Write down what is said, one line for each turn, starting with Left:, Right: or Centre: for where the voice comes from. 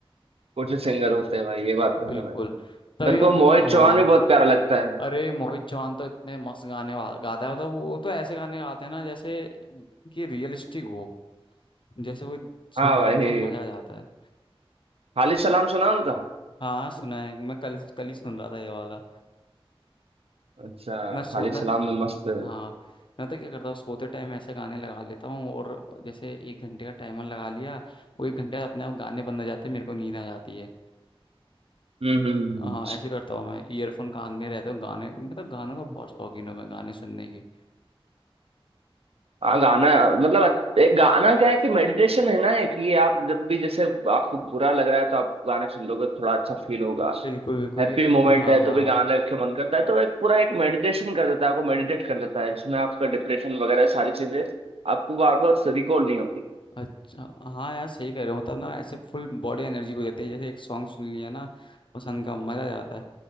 Right: कुछ सिंगर होते हैं भाई ये बात तो
Left: बिल्कुल
Right: है भाई
Left: तभी
Right: मेरे
Left: मतलब
Right: को मोहित
Left: हाँ
Right: चौहान भी बहुत प्यारा लगता है
Left: अरे मोहित चौहान तो इतने मस्त गाने वा- गाता है मतलब वो तो ऐसे गाने गाते हैं ना जैसे कि रियलिस्टिक हो जैसे कोई सुन
Right: हाँ भाई
Left: रहा हो तो मजा आ जाता है
Right: खालिद सलाम सुना उनका
Left: हाँ सुना है मैं कल कल ही सुन रहा था ये वाला
Right: अच्छा
Left: मैं सो
Right: खालिद
Left: मैं
Right: सलाम में मस्त है।
Left: हाँ मैं तो क्या करता हूँ सोते टाइम ऐसे गाने लगा लेता हूँ और जैसे एक घंटे का टाइमर लगा लिया वो एक घंटे अपने आप गाने बंद हो जाते हैं मेरे को नींद आ जाती है
Right: हम्म हम्म हम्म
Left: हाँ
Right: हम्म।
Left: ऐसे करता हूँ मैं ईयरफोन कान में रहते हूँ गाने मतलब गानों का बहुत शौकीन हूँ मैं गाने सुनने की
Right: हाँ गाना मतलब एक गाना क्या है कि मेडिटेशन है ना है कि ये आप जब भी जैसे आपको बुरा लग रहा है तो आप गाने सुन लोगे थोड़ा अच्छा फील होगा
Left: बिल्कुल बिल्कुल
Right: हैप्पी
Left: ये
Right: मोमेंट
Left: हाँ
Right: है
Left: हाँ
Right: तो भी गाने के मन करता है तो एक पूरा एक मेडिटेशन कर देता है आपको मेडिटेट कर देता है जिसमें आपका डिप्रेशन वगैरह सारी चीजें आपको बार बार रिकॉल नहीं होती
Left: अच्छा हाँ यार सही कह रहे हो मतलब ना ऐसे फुल बॉडी एनर्जी हो जाती है जैसे एक सॉन्ग सुन लिया ना पसंद का मजा आ जाता है